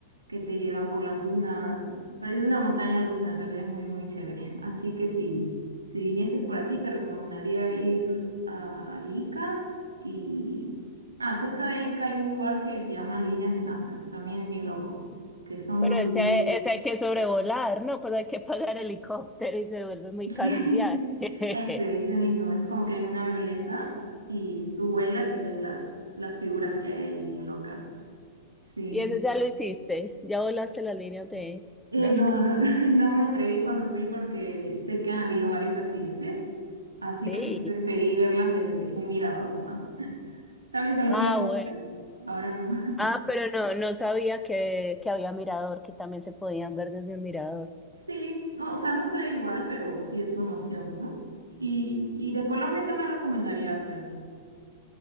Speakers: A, on the right; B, in the centre.
A: que te llevan por las dunas. Parece una montaña rusa, en realidad es muy, muy chévere. <laughs> Así que si, si vinieses por aquí, te recomendaría ir a Ica, y, Ah, cerca de ahí que hay un lugar que se llama Líneas de Nazca, que también es bien loco, que son
B: Pero
A: unos...
B: ese,
A: <laughs>
B: hay- ese hay que sobrevolar, ¿no? Pues hay que pagar helicóptero y se vuelve muy
A: Sí,
B: caro el viaje.
A: es- ese, ese
B: <laughs>
A: mismo, es como que en una violeta y tú vuelas y ves las, las figuras que hay ahí bien locas. Sí.
B: Y eso ya lo hiciste, ya volaste la línea de
A: Eh,
B: Nazca.
A: no, no, <laughs> no me atreví cuando fui porque sé que han habido varios accidentes, así
B: Sí.
A: que <laughs> preferí verlas desde un mirador nomás. Tal vez algún
B: Ah,
A: día lo
B: bueno.
A: haga, pero ahora no.
B: Ah, pero no, no sabía que, que había mirador, que también se podían ver desde un mirador.
A: Sí, no, o sea, no sé igual, pero sí es una opción, ¿no? Y, y de Colombia, ¿qué me recomendarías ver?